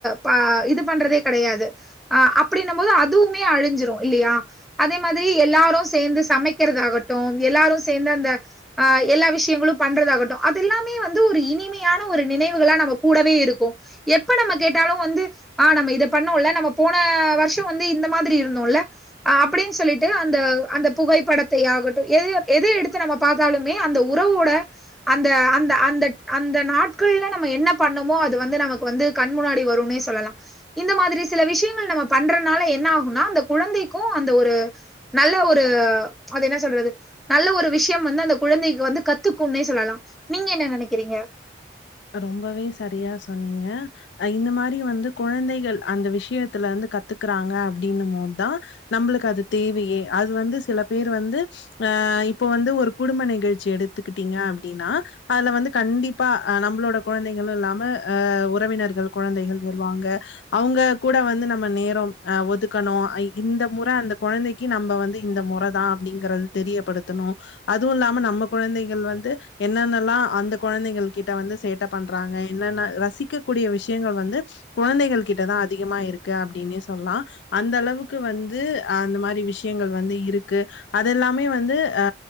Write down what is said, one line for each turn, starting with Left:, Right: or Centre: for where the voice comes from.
Centre: ப இது பண்றதே கெடையாது ஆ அப்டின்னம்போது அதுவுமே அழுஞ்சுரு இல்லயா அதே மாதி எல்லாரு சேந்து சமைக்கறதாகட்டு எல்லாரு சேந்து அந்த ஆ எல்லா விஷயங்களு பண்றதாகட்டு அது எல்லாமே வந்து ஒரு இனிமையான ஒரு நினைவுகளா நம்ம கூடவே இரு கு எப்ப நம்ம கேட்டாலு வந்து ஆ நம்ம இத பண்ணுவோல நம்ம போன வருஷோ வந்து இந்த மாதிரி இருந்தோல்ல அ அப்டின் சொல்லிட்டு அந்த அந்த புகைப்படத்தையாகட்டு எது எது எடுத்து நம்ம பாத்தாலுமே அந்த உறவோட அந்த அந்த அந்த அந்த நாட்கள்ல நம்ம என்ன பண்ணோமோ அது வந் து நமக்கு வந்து கண் முனாடி வரும்னே சொல்லலா இந்த மாதிரி சில விஷயங்கள் நம்ம பண்றனால என்ன ஆகுனா அந்த குழந்தைக்கு அந்த ஒரு நல்ல ஒரு அது என்னா சொல்றது நல்ல ஒரு விஷ்யம் வந்து அந்த குழந்தைக்கு வந்து கத்துக்கும்னே சொல்லலா நீங்க என்ன நெனைக்கறீங்க
Left: ரொம்பவே சரியா சொன்னீங்க அ இந்த மாரி வந்து கொழந்தைகள் அந்த விஷயத்துலருந்து கத்துகுறாங்க அப்டின்னும்போதுதான் நம்மளுக்கு அது தேவையே அது வந்து சில பேரு வந்து ஆ இப்ப வந்து ஒரு குடும்ப நிகழ்ச்சி எடுத்துக்கிட்டீங்க அப்டின்னா அதுல வந்து கண்டிப்பா அ நம்பளோட கொழந்தைகளும் இல்லாம அ உறவினர்கள் கொழந்தைகள் வருவாங்க அவுங்க கூட வந்து நம்ம நேரம் ஆ ஒதுக்கணும் அ இந்த முற அந்த கொழந்தைக் க்கி நம்ப வந்து இந்த முற தான் அப்டிங்கறது தெரியப்படுத்தணும் அதுவு இல்லாம நம்ம கொழந்தைகள் வந்து என்னென்னல்லா அந்த கொழந்தைகளு கிட்ட வந்து சேட்ட பண்றாங்க என்னன்ன ரசிக்கக்கூடிய விஷயங்கள் வந்து குழந்தைகள் கிட்டதான் அதிகமா இருக்கு அப்டின்னே சொல்லா அந்த அளவுக்கு வந்து ஆ அந்த மாரி விஷயங்கள் வந்து இருக்கு அதெல்லாமே வந்து ஆ